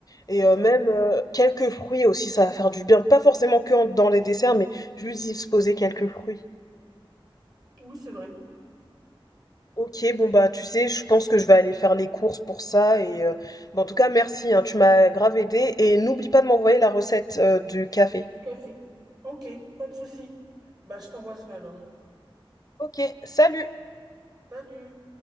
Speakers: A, on the right; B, on the left.
A: C'est
B: et euh,
A: ça.
B: même euh, quelques fruits aussi, ça va faire du bien. Pas forcément que en- dans les desserts, mais juste y poser quelques fruits.
A: Oui, c'est vrai.
B: Ok, bon bah tu sais, je pense que je vais aller faire les courses pour ça et euh, bah, en tout cas merci, hein, tu m'as grave aidé et n'oublie pas de m'envoyer la recette euh, du café.
A: Du café. Ok, pas de souci. Bah, je t'envoie ça alors.
B: Ok, salut!
A: Salut!